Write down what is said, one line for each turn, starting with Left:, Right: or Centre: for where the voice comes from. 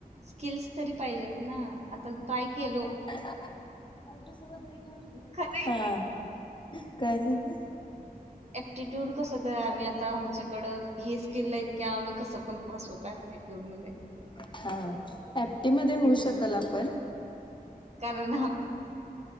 Right: स्किल्स तरी पाहिजेत ना. आता ट्राय केलो.
Left: <unintelligible>
Right: खरंय
Left: हा, काय झालं?
Right: ॲप्टिट्यूड कस तर, आम्ही आता. आमच्याकडं हे स्किलय क आम्ही कसं पण पास वतोय, ॲप्टिट्यूडमध्ये.
Left: हा. एपटी मध्ये होऊ
Right: आहे.
Left: शकल आपण.
Right: कारण हा